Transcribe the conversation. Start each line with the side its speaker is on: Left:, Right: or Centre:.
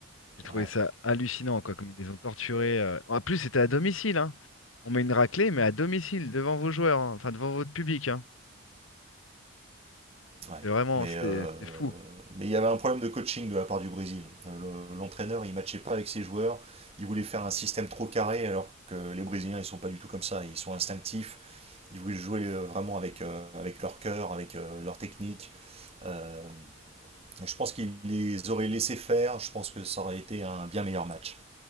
Left: j'ai trouvé
Right: Ouais,
Left: ça hallucinant, quoi, comme ils les ont torturés. euh. En plus, c'était à domicile, hein. On met une raclée, mais à domicile, devant vos joueurs, hein, enfin devant votre public, hein.
Right: ouais.
Left: C'est vraiment,
Right: Mais
Left: c'était,
Right: euh,
Left: c'était fou.
Right: mais il y avait un problème de coaching de la part du Brésil. Euh, le- L'entraîneur, il matchait pas avec ses joueurs. Il voulait faire un système trop carré, alors que les Brésiliens, ils sont pas du tout comme ça. Ils sont instinctifs. Ils voulaient jouer euh, vraiment avec, euh, avec leur cœur, avec euh, leur technique. Euh, et je pense qu'il les aurait laissés faire. Je pense que ça aurait été un bien meilleur match.